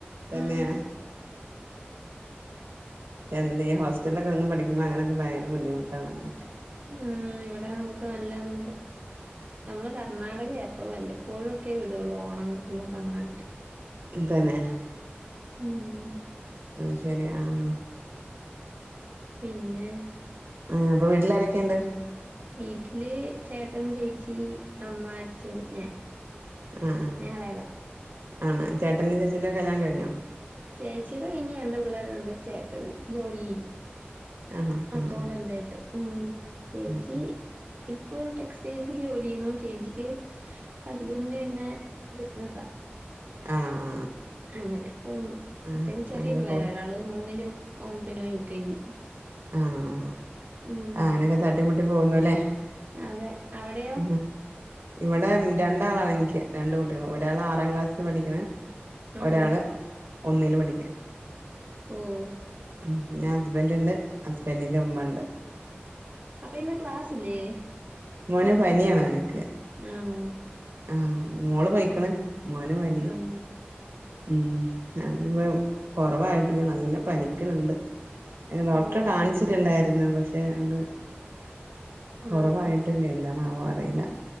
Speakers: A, on the right; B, on the right.
A: തെന്നേ
B: ഉം
A: എന്ത ചെയ്യാ, ഹോസ്റ്റൽലൊക്കെ നിന്ന് പഠിക്ക്മ്പൊ അങ്ങനൊക്കെ ഭയങ്കര ബുദ്ധിമുട്ടാണതൊക്കെ
B: ആഹ് ഇവടെ നമുക്ക് നല്ലൊന്നും ഇല്ല നമ്മള് കർണാടകയ ഇപ്പം. വല്ലപ്പോഴൊക്കെ വിടൊള്ളു ഓണം ക്രിസ്മസ് അങ്ങന.
A: തന്നേ
B: ഉം
A: അയ് ശരി ആഹ്
B: പിന്നേ
A: ആഹ് അപ്പൊ വീട്ട്ലാരെക്കണ്ട്?
B: വീട്ട്ല് ചേട്ടൻ, ചേച്ചി, അമ്മ, അച്ഛൻ, ഞാൻ
A: ആഹ് ആഹ്
B: ഞാൻ എളയതാ
A: ആണ, ചേട്ടന്റെ ചേച്ചീന്റ കല്ല്യാണം കഴിഞ്ഞൊ
B: ചേച്ചിയ്ടെ കഴിഞ്ഞ് രണ്ട് പിള്ളാരുണ്ട്, ചേട്ടൻ ജോലീ ചെയ്യുന്നു
A: ആണോ
B: അക്കൗണ്ടന്റായിട്ട്
A: ആ ആ
B: ഉം. ചേച്ചീ
A: ഉം ഉം
B: ഇപ്പൊ ടെക്സ്റ്റൈൽസില് ജോലി ചെയ്യുന്നു. ചേച്ചിക്ക്, ഹസ്ബന്ന് പിന്നെ ബിസ്നസ
A: ആണോ ആ
B: അങ്ങനെ പോവുന്നു.
A: ആ ആ
B: പിന്നെ ചെറിയ
A: അങ്ങനൊക്കെ
B: പിള്ളേര
A: പോണ്
B: ഒരാ ള് മൂന്ന്ലും ഓം പിന്നെ യു കെ ജി
A: ആഹ്,
B: ഉം
A: അങ്ങനൊകെ തട്ടിമുട്ടി പോവുന്നു ലെ
B: അതെ അവിടെയോ
A: <unintelligible> ഇവടെ ഉം രണ്ടാളാണ് എനിക്ക്, രണ്ട് കുട്ടികള്. ഒരാള് ആറാം ക്ലാസ്സി പഠിക്ക്ണ്
B: ആഹാ
A: ഒരാള് ഒന്നില് പഠിക്ക
B: ഓഹ്
A: ഉം, പിന്ന ഹസ്ബന്റണ്ട് ഹസ്ബന്റിന്റെ ഉമ്മ ഇണ്ട്
B: അപ്പ ഇന്ന് ക്ലാസ്സില്ലേ?
A: മോന് പനിയാണോന്ക്ക്
B: ആണോ?
A: ആഹ്, മോള് പൊയ്ക്ക്ണ് മോന് പനിയ.
B: ആഹ്
A: ഉം അവന്പ്പൊ കൊറവായ്ട്ടില്ല നല്ല പനിക്കണണ്ട് ഡോക്ടറെ
B: ഓ
A: കാണിച്ചിട്ട്ണ്ടായിരുന്നു പക്ഷെ ആണ്ട് കൊറവായ്
B: ആണോ
A: ട്ടില്ല എന്താണാവോ അറിയില്ല